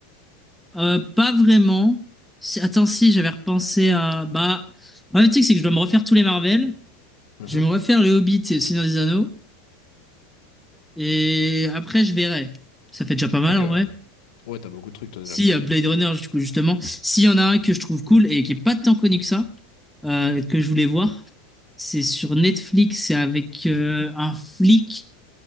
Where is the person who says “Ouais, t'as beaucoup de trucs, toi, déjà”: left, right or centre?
Left